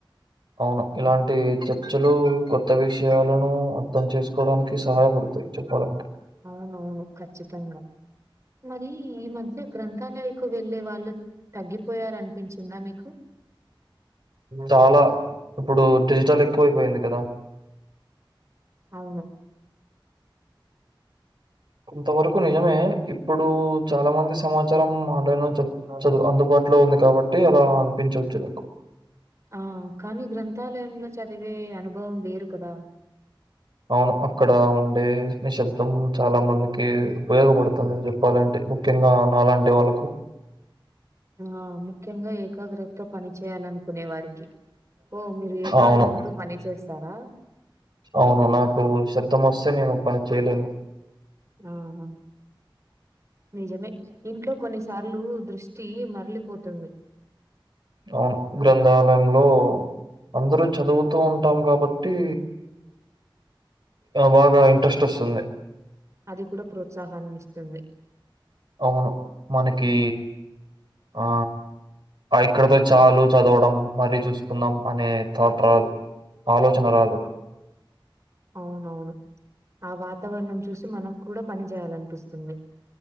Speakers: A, on the right; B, on the right.
A: అవును ఇలాంటి చర్చలు కొత్త విషయలను అర్థం చేసుకోవడానికి సహాయపడతయి చెప్పాలే
B: అవునవును ఖచ్చితంగా మరి ఈ మధ్య గ్రంథాలయకు వెళ్ళలే వాళ్ళు తగ్గిపోయారనిపించిందా మీకు
A: చాలా ఇప్పుడు డిజిటలేక్కువైపోయింది కదా
B: అవును
A: కొంతవరకు నిజమే ఇప్పుడు చాలా మంది సమాచారం ఆన్లైన్లో చెప్ చదువు అందుబాటులో ఉంది కాబట్టి అలా అనిపించోచ్చు నీకు
B: ఆ కానీ గ్రంథాలయంలో చదివే అనుభవం వేరు కదా
A: అవును అక్కడ ఉండే నిశ్శబ్దం చాలా మందికి ఉపయోగపడుతది చెప్పాలంటే ముఖ్యంగా నాలాంటి వాళ్ళకు
B: ఆ ముఖ్యంగా ఏకాగ్రత తో పని చేయాలనుకునే వారికి ఓ మీరు ఏకాగ్రతతో
A: అవును.
B: పని చేస్తారా
A: అవును నాకు శబ్దం వస్తే నేను పని చేయలేను
B: ఆహా నిజమే ఇంట్లో కొన్ని సార్లు దృష్టి మరలిపోతుంది
A: అవును గ్రంథాలయంలో అందరూ చదువుతూ ఉంటాం కాబట్టి బాగా ఇంట్రెస్ట్ వస్తుంది
B: అది కూడా ప్రోత్సాహాన్ని ఇస్తుంది
A: అవును మనకి ఆ ఆ ఇక్కడతో చాలు చదవడం మరీ చూసుకుందాం అనే థాట్ రాదు ఆలోచన రాదు
B: అ అవునవును ఆ వాతావరణం చూసి మనకు కూడా పని చేయాలనిపిస్తుంది